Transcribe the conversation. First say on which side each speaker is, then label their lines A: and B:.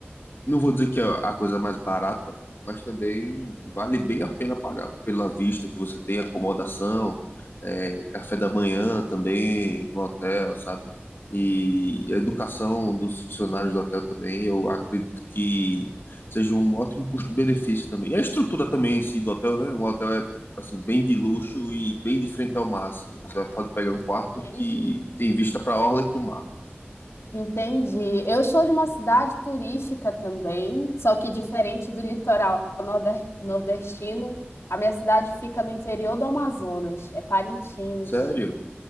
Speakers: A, on the left; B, on the left.
A: não vou dizer que é a coisa mais barata, mas também vale bem a pena pagar pela vista que você tem, acomodação, é, café da manhã também no hotel, sabe? E a educação dos funcionários do hotel também, eu acredito que seja um ótimo custo-benefício também. E a estrutura também em si do hotel, né? O hotel é tipo assim bem de luxo e bem de frente ao mar, assim. Você pode pegar um quarto
B: Entendi.
A: que tem vista para a orla e para o mar.
B: Entendi. Eu sou de uma cidade turística também, só que diferente do litoral norde- nordestino, a minha cidade fica no interior do Amazonas, é Parintins.
A: Sério?